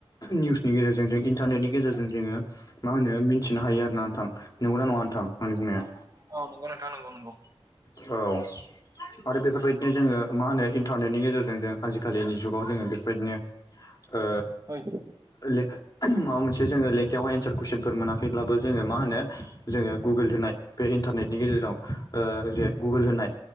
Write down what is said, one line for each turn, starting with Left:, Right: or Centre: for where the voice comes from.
Left: निउसनि गेजेरजों जों इन्टारनेटनि गेजेरजों जोङो मा होनो मिथिनो हायो आरो ना नोंथां नंगौ नङा नोंथां आंनि बुंनाया?
Right: अ नगौ नोंथां नोंगौ नोंगौ।
Left: औ आरो बेफोरबायदिनो जोङो मा होनो इन्टारनेटनि गेजेरजों जों आजिखालिनि जुगाव जोङो बेफोरबायदिनो ओ
Right: ओइ
Left: ले माबा मोनसे जोङो लेखायावहाय एनसार कुइसनफोर मोनाखैब्लाबो जोङो मा होनो जोङो गुगोल होनाय बे इन्टारनेटनि गेजेराव ओ जे गुगोल होनाय